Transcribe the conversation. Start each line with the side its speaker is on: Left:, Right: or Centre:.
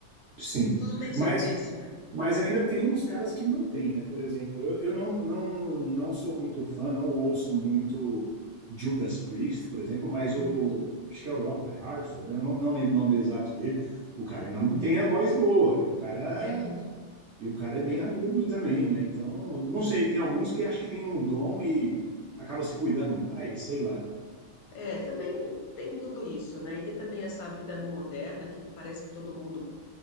Right: Sim.
Left: tudo tem seu
Right: Mas
Left: preço, né?
Right: Mas ainda tem uns caras que mantêm, né? Por exemplo, eu, eu não, não, não sou muito fã, não ouço muito Judas Priest, por exemplo, mas o.
Left: Uhum,
Right: Acho que é o Rob Halford, né? Eu não, não lembro o nome exato dele. O cara
Left: é,
Right: ainda mantém a voz boa, e o cara,
Left: é mesmo.
Right: e o cara é bem
Left: É,
Right: agudo também, né? Então, não sei, tem alguns que acho que tem um dom e acaba se cuidando mais, sei lá.
Left: é, também tem tudo isso, né? E tem também essa vida no moderna que parece que todo mundo